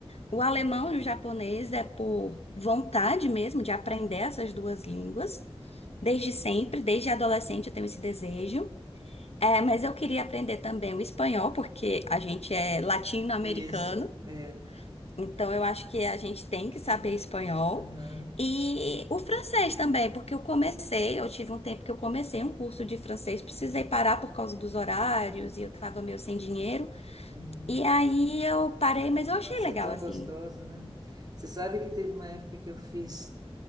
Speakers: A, on the left; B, on the right.
A: O alemão e o japonês é por vontade mesmo de aprender essas duas línguas. Desde sempre, desde adolescente eu tenho esse desejo. É, mas eu queria aprender também o espanhol, porque a gente é latino-americano,
B: isso, é.
A: então eu acho que a gente tem que saber espanhol.
B: Aham,
A: E o francês também, porque eu comecei, eu tive um tempo que eu comecei um curso de francês, precisei parar por causa dos horários e eu tava meio sem dinheiro.
B: uhum.
A: E aí eu parei, mas eu achei
B: Nossa,
A: legal
B: e é tão
A: assim.
B: gostoso, né? Você sabe que teve uma época que eu fiz.